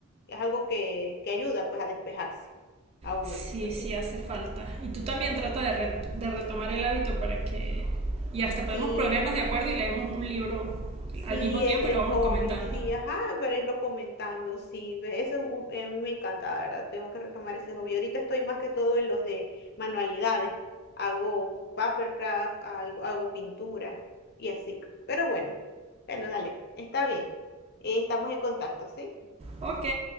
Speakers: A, on the left; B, on the right.
A: es algo que, que ayuda pues a despejarse a uno
B: Sí,
A: después
B: sí
A: de...
B: hace falta. Y tú también trata de, re- de retomar el hábito para que... Y hasta
A: Sí,
B: podemos ponernos de acuerdo y leemos un libro
A: sí,
B: al mismo tiempo
A: el, el
B: y lo vamos
A: hobby,
B: comentando.
A: sí, ajá, para irlo comentando, sí, ve, eso es un- eh, me encanta, la ¿verdad? Tengo que retomar ese hobby. Ahorita estoy más que todo en los de manualidades, hago papercraft, algo, hago pintura y así. Pero bueno, bueno, dale, está bien. Eh, estamos en contacto, ¿sí?
B: Ok,